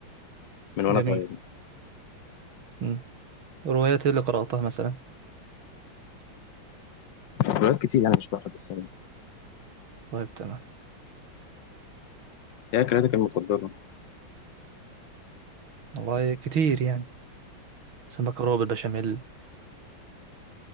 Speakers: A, on the left (about 65°); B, on the right (about 80°).
A: من وانا
B: جميل
A: صغير
B: مم. روايات ايه اللي قرأتها مثلا
A: روايات كتير يعني مش بحفظ بس يعني
B: طيب تمام
A: هي قراءتك المفضله
B: والله كتير يعني سمك روب بشاميل